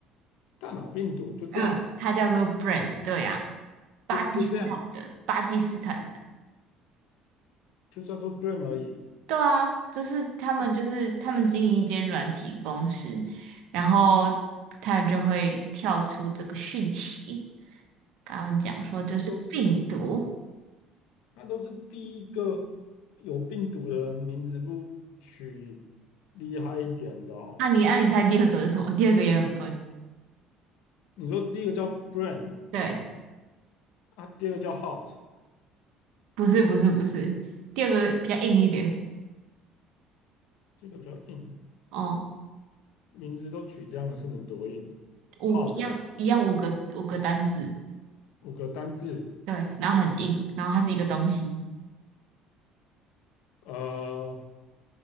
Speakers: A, on the left; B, on the right.
A: 大脑病毒就这样，
B: 嗯，它叫做 Brain，对啊，巴基斯坦的，
A: 就就这样，
B: 巴基斯坦
A: 就叫做 brain 而已。
B: 对啊，就是他们就是他们经营一间软体公司，
A: 它
B: 然后他们就会跳出这个讯息，跟他们讲说这是病毒。
A: 它都是。他都是第一个有病毒的人，名字不取厉害一点的哦
B: 那、你按、啊你猜第二个是什么？第二个也很笨。
A: 你说第一个叫 Brain
B: 对，
A: 啊，第二个叫 Hot，
B: 不是不是不是，第二个比较硬一点。
A: 第二个比较硬，
B: 哦，
A: 名字都取这样的是能多硬？Hard
B: 五一样一样五个五个单字，
A: 五个单字，
B: 对，然后很硬，然后它是一个东西。
A: 呃，